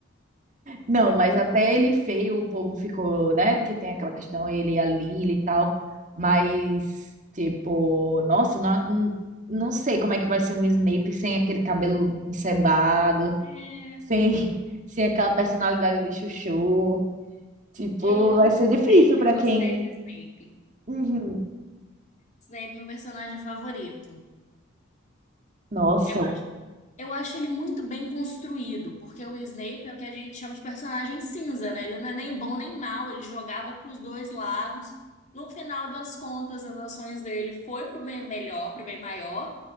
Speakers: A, on the right (about 35°); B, on the left (about 35°).
A: Não, mas até ele feio, o povo ficou, né? Porque tem aquela questão, ele e a Lily e tal. Mas, tipo, nossa, não, não sei como é que vai ser um Snape sem aquele cabelo encebado,
B: É.
A: sem, <laughs> sem aquela personalidade de chuchu. Tipo,
B: Eu
A: vai ser difícil
B: sempre
A: para
B: gostei
A: quem.
B: do Snape.
A: Uhum.
B: Snape, é meu personagem favorito.
A: Nossa.
B: Eu, eu acho ele muito bem construído, porque o Snape é o que a gente chama de personagem cinza, né? Ele não é nem bom nem mal, ele jogava para os dois lados. No final das contas, as ações dele foi pro bem melhor, pro bem maior,